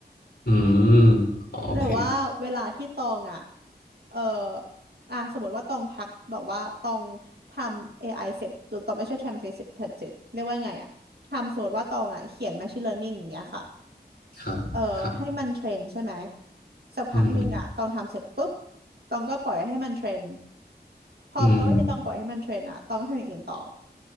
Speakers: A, on the left; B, on the right.
A: อืมอ๋อโอเค
B: แต่ว่าเวลาที่ตองอ่ะเอออ่ะสมมติว่าตองพักแบบว่าตองทำ AI เสร็จตองไม่ใช่ทำเสร็จเสร็จเสร็จเรียกว่าไงอ่ะทำสมมติว่าตองอ่ะเขียน Machine Learning อย่างเงี้ยค่ะ
A: ครับ
B: เออให้มันเทรนใช่ไหม
A: ครับ
B: สักพักหนึ่งอะตองทำเสร็จปุ๊บ
A: อืม
B: ตองก็ปล่อยให้มันเทรนพอตองที่ตองปล่อยให้มันเทรนอะตองก็ทำอย่างอื่นต่อ
A: อืม